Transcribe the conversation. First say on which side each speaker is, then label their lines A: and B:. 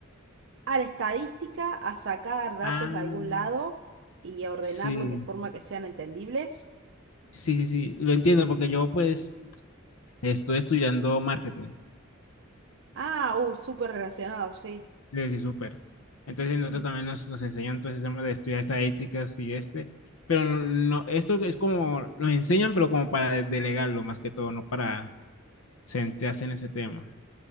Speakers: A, on the right (about 60°); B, on the left (about 80°).
A: a la estadística, a sacar datos
B: ah,
A: de algún lado y a ordenarlos
B: sí,
A: de forma que sean entendibles.
B: sí, sí, sí, lo entiendo, porque yo pues estoy estudiando marketing.
A: Ah, uh, súper relacionado, sí.
B: Sí, sí, súper. Entonces
A: Sí,
B: nosotros
A: sí,
B: también
A: sí.
B: nos, nos enseñan todo ese tema de estudiar estadísticas y este, pero no, esto es como, los enseñan, pero como para delegarlo más que todo, no para centrarse en ese tema.